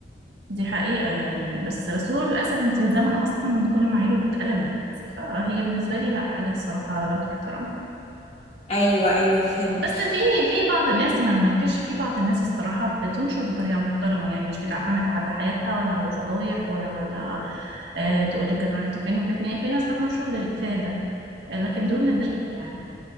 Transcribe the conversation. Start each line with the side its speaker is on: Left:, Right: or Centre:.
Right: دي حقيقه يعني بس بس هو للاسف انت الزمن اصلا كل معاييره اتقلبت فهي بالنسبه لي لا حاجه الصراحه لا تحترم
Left: ايوه ايوه فهمت
Right: بس في في بعض الناس ما منكرش في بعض الناس الصراحه بتنشر بطريقه محترمه يعني مش بتعتمد على حياتها ولا على فضايح ولا على آه تقول لك انا رحت فين وجيت منين في ناس بتنشر للافاده آه، لكن
Left: مم.
Right: دول نادرين يعني